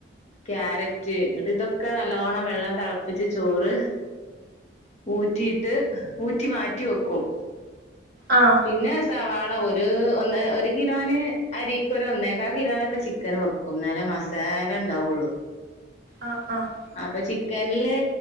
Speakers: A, on the left (about 35°); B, on the right (about 50°).
A: ക്യാരറ്റ് റ്റ് ഇങ്ങട്ട് ഇതൊക്കെ നല്ലോണം വെള്ളം തിളപ്പിച്ച് ചോറ് ഊറ്റിയിട്ട്, ഊറ്റി മാറ്റി വെക്കും.
B: ആഹ്
A: പിന്നെ സവാള ഒരു ഒന്ന് ഒരു കിലോന് അരിക്ക് ഒരു ഒന്നേക്കാൽ കിലോനൊക്കെ ചി ക്കൻ വെക്കുംന്നാലേ മസാല ഉണ്ടാവുള്ളൂ.
B: ആഹ് ആഹ്
A: അപ്പൊ ചിക്കൻല്